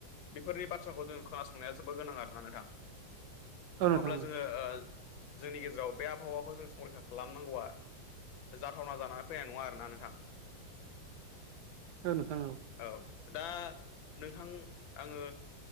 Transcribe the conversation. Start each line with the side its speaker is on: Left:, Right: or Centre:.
Left: बेफोरनि बाथ्राखौ जोङो खोनासंनाया जोबोर गोनां आरोना नोंथां
Right: औ नोंथां
Left: नङाब्ला जोङो ओ जोंनि गेजेराव बे आबहावाखौ जों संंरैखा खालामनांगौआ जाथावना जानानै फैनाय नङा आरोना नोंथां।
Right: औ नोंथां
Left: औ दा नोंथां आङो